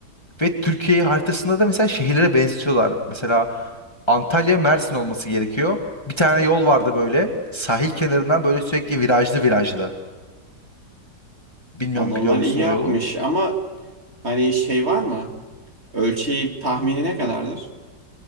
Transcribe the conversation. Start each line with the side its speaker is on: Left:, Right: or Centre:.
Left: Ve Türkiye haritasında da mesela şehirlere benzetiyorlar. Mesela Antalya Mersin olması gerekiyor. Bir tane yol vardı böyle. Sahil kenarından böyle sürekli virajlı virajlı. Bilmiyorum
Right: Adamlar
Left: biliyor musun
Right: iyi yapmış
Left: o yolu?
Right: ama hani şey var mı? Ölçeği tahmini ne kadardır?